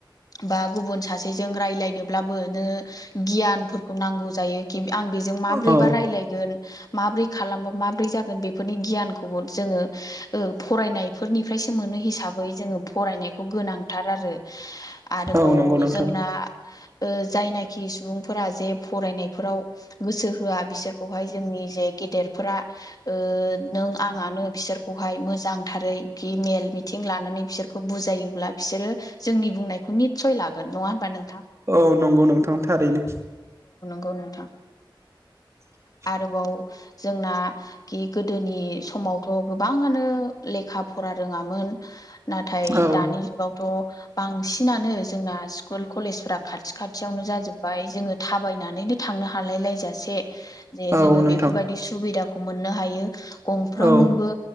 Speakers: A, on the left; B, on the right.
A: बा गुबुन सासेजों रायलायनोब्लाबो नो गियानफोरखौ नांगौ जायो किम आं बेजों माबोरैबा
B: औ
A: रायज्लाय गोन माबोरै खालाम मै माबोरै जागोन बेफोरनि गियानफोरखौ जोङ ओ फरायनाय फोरनिफ्रायसो मोनो हिसाबै जोङो फरायनायखौ गोनांथार आरो आरोबाव
B: औ नंगौ नोंथां
A: जों ना ओ जायनाखि सुबुंफोरा जे फरायनायफोराव गोसो होआ बिसोर खौहाय जोंनि जेग गेदेरफोरा ओ नों आंआनो बिसोरखौहाय मोजांथारै खि मेल मिथिं नें लानाने बिसोरखौ बुायोब्ला बिसोरो जोंनि बुंनायखौ निच्चय लागोन नङाबों नों
B: औ नंगौ नोंथां थारैनो
A: गौ नोंथां
B: <inaudible>
A: आरोबाव जोंना खि गोदोनि समावथ' गोबाङानो लेखा फरा रोङामोन नाथाय
B: औ
A: दानि जुगावथ' बांसिनानो जोंना स्कूल कॉलेज फोरा खाथ थि खाथियावनो जाजोब्बाय जों थाबायनानैनो थांनो हालाय लायजासे जे
B: औ
A: जों
B: नोंथां
A: बेफोरबादि सुबिदाखौ मोननो हायो गंफ्रोमबो
B: औ